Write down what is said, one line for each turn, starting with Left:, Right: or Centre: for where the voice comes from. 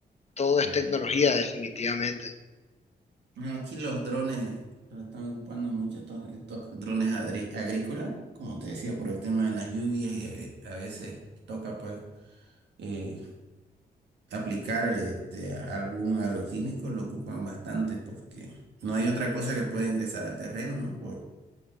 Left: todo es
Right: lo-
Left: tecnología, definitivamente.
Right: Bueno, Aquí los drones los están ocupando mucho estos, estos drones adri- agrícolas, como te decía, por el tema de las lluvias y a, a veces toca pues eh, aplicar este, algún agroquímico, lo ocupan bastante porque no hay otra cosa que pueda ingresar al terreno, ¿no? Por